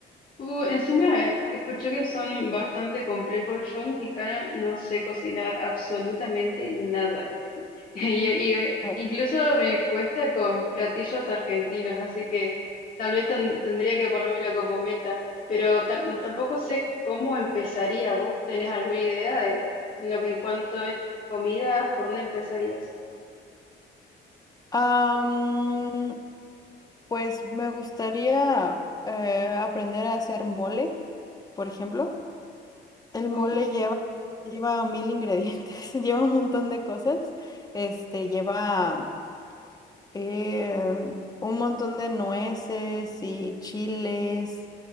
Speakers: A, on the left; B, on the left.
A: Uh, encima eh, escuché que son bastante complejos. Yo, mexicana, no sé cocinar absolutamente nada. <laughs> Y, y, eh,
B: Ujú.
A: incluso me cuesta con platillos argentinos, así que tal vez ten- tendría que ponérmelo como meta. Pero tam- tampoco sé cómo empezaría. ¿Vos tenés alguna idea de en lo que en cuanto es comida, por dónde empezarías?
B: Am,
A: Por ahí.
B: pues me gustaría eh, aprender a hacer mole, por ejemplo. El mole
A: Uh,
B: lleva, lleva mil ingredientes, <laughs> lleva un montón de cosas. Este, lleva eh, un montón de nueces y chiles.